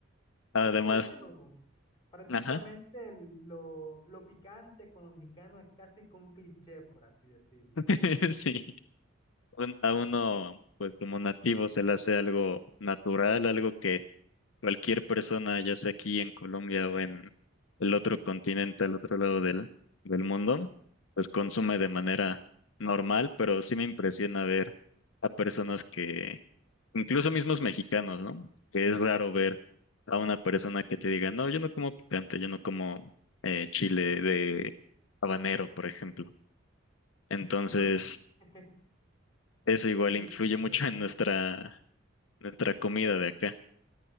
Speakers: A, on the left; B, on the left.
A: Además,
B: Aunque bueno, prácticamente
A: ajá,
B: el- lo, lo picante con lo mexicano es casi que un cliché, por así decirlo.
A: <laughs> sí. un- a uno, pues como nativo, se le hace algo natural, algo que cualquier persona, ya sea aquí en Colombia o en el otro continente, al otro lado del, del mundo, pues consume de manera normal, pero sí me impresiona ver a personas que, incluso mismos mexicanos, ¿no? Que es raro ver a una persona que te diga, no, yo no como picante, yo no como eh, chile de habanero, por ejemplo. Entonces,
B: Bueno, ya, <laughs>
A: eso igual
B: ya
A: influye
B: entiendo.
A: mucho en nuestra, nuestra comida de acá.